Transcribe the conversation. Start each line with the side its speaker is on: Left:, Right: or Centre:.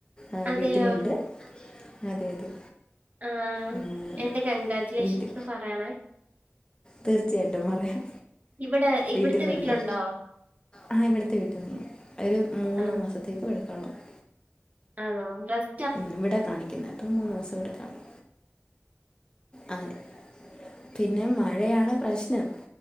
Left: ഏഹ്
Right: അതെയോ
Left: വീട്ടിലുണ്ട്. അതെ അതെ
Right: ആ
Left: ഉം ഉം
Right: എന്റെ കൺഗ്രാജുലേഷൻസ്
Left: വീട്ടി
Right: പറയണേ
Left: തീർച്ചയായിട്ടും പറയാം
Right: ഇവിടെ ഇവിടുത്തെ
Left: വീട്ടിലുണ്ട്
Right: വീട്ടിലുണ്ടോ
Left: ആഹ് ഇവിട്ത്തെ വീട്ടിൽ നിന്ന് ഒരു മൂന്ന്
Right: ആ
Left: മാസത്തേക്ക് <unintelligible>
Right: ആണോ റെസ്
Left: ഉം ഇവിടെ കാണിക്കുന്നെ അപ്പം മൂന്ന് മാസം ഇവിടെ കാണും അങ്ങനെ. പിന്നെ മഴയാണ് പ്രശ്നം